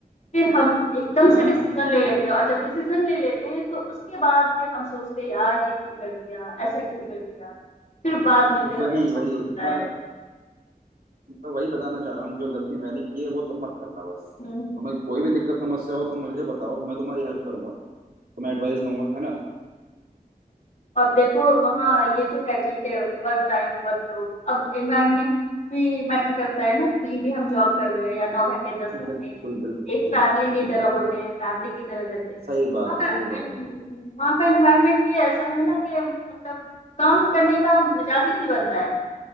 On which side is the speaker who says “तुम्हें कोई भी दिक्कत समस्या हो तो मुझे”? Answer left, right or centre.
Right